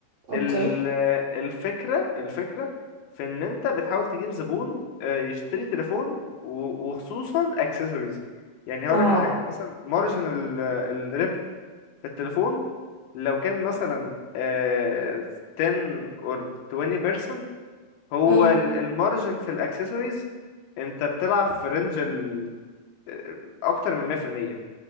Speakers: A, on the right (about 65°); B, on the left (about 85°).
A: اوكي
B: ال- الفكرة الفكرة في ان انت بتحاول تجيب زبون آه، يشتري تليفون و- وخصوصا اكسسوارز يعني هقول
A: اه
B: لك على حاجة مثلا مارجن الربح في التليفون لو كان مثلا آه، 10 or 20% هو
A: امم
B: المارجن في الاكسسوارز انت بتلعب في رينج ال- آه، اكتر من 100%